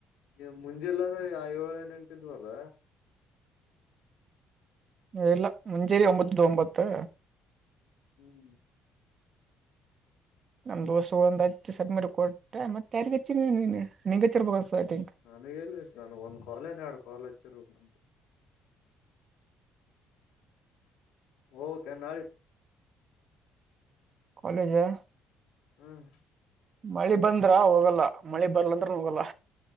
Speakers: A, on the left (about 75°); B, on the right (about 50°).
A: ಈ ಮುಂಜೆಿಲ್ಲದ ಐಏಳುಿನೆಂಟಿದ್ವಲ್ಲ
B: ಇಲ್ಲ ಮುಂಚೇರಿ ಒಂಬತ್ತು ಒಂಬತ್ತು
A: ಹ್ಮ್
B: ನಮ್ ದೋಸ ಒಂದ ಹ್ ಸಬ್ಮಿಟ್ ಕೊಟ್ಟ ಮತ್ತೆ ಯಾರಿಗಚ್ಚ ನಿನ್್ ಹಚ್ಚಿರ್ಬೇಕ ಅನ್ಸತೈತಿ
A: ನನಗ ಎನ ನಾನ ಒಂದ್ ಕಾಲ ನ್ ಎರಡು ಕಾಲ್ ಹಚ್ಚಿರ್ ಮುಂಜೆ ಹೋಬೇಕ ಏನ ನಾಳಿಗ
B: ಕಾಲೇಜಾ
A: ಹ್ಮ್
B: ಮಳಿ ಬಂದ್ರ ಹೋಗಲ್ಲ ಮಳಿ ಬರ್ಲಂದ್ರ ಹೋಗಲ್ಲ